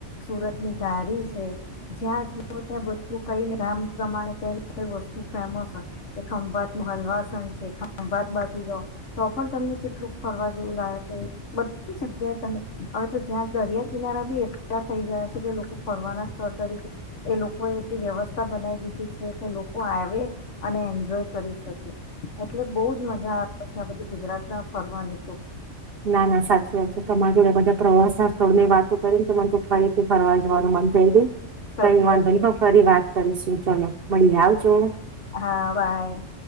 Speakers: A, on the left; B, on the right.
A: સુરતની ધારી છે. જ્યાં જુઓ ત્યાં બધું કઈને ગામ પ્રમાણે કઈ કઈ વસ્તુ ફેમસ કે ખંભાતનું હલવાસન છે. ખંભાત બાજુ જઓ તો પણ તમને કેટલું ફરવા જેવું લાગે. બધી જગ્યાએ તમે હવે તો જ્યાં દરિયા કિનારા બી એટલા થઈ ગયા છે કે લો કો ફરવાના સ્થળ તરીકે એ લોકોએ એટલી વ્યવસ્થા બનાવી દીધી છે કે લોકો આવે અને એન્જોય કરી શકે. એટલે બઉ જ મજા આવે છે. આ બધી ગુજરાત ના ફરવાની તો.
B: ના ના સાચી વાત છે. તમાર જોડ બધા પ્રવાસના સ્થળની વાતો કરી ને તો મને તું ફરીથી ફરવા જવાનું મન થઈ ગયુ
A: સાચી
B: કઈ વાંધો
A: વાત
B: ની પણ ફરી વાત કરીશુ. ચલો. મળીએ આવજો
A: હા બાય.